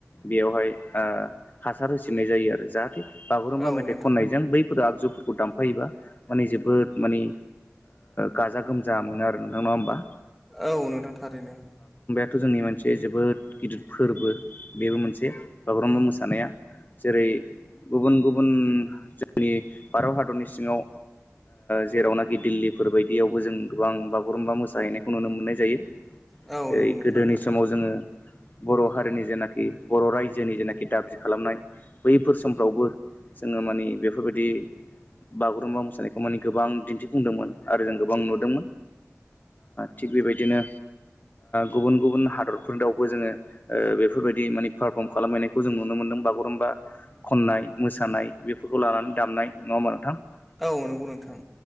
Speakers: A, on the left; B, in the centre.
A: बेयावहाय हासार होसिननाय जायो आरो जाहाथे। बागुरुम्बा
B: औ
A: मेथाइ
B: नोंथां
A: खननायजों बैफोर आगजुफोरखौ दामफायोबा माने जे जोबोद मानि गाजा गोमजा मोनो आरो नोंथां ना होमबा?
B: औ नोंथां थारैनो।
A: थ' जोंनि मोनसे जोबोद गिदिर फोरबो बेबो मोनसे बागुरुम्बा मोसानाया। जेरै गुबुन गुबुन जोंनि भारत हादरनि सिङाव। जेरावनाखि दिल्लीफोर बायदियावबो जों गोबां बागुरुम्बा मोसाहैनायखौ नुनो मोननाय जायो।
B: औ
A: जेरै
B: नंगौ नोंथां
A: गोदोनि
B: थारैनो
A: समाव जोंङो बर' हारिनि जेनाखि कि बर' रायजोनि जेनाखि दाबि खालामनाय बैफोर समफ्रावबो जोङो माने बेफोर बायदि बागुरुम्बा मोसानायखौ माने गोबां दिन्थिफुंदोंमोन आरो जों गोबां नुदोंमोन। थिग बेबायदिनो गुबुन गुबुन हादरफोरनावबो जोंङो बे। बेफोरबायदि माने पारफर्म खालामहैनायखौ जों नुनो मोनदों बागुरुम्बा खननाय मोसानाय बेफोरखौ लानानै। दामनाय नंङा होनबा नोंथां?
B: औ नंगौ नोंथां।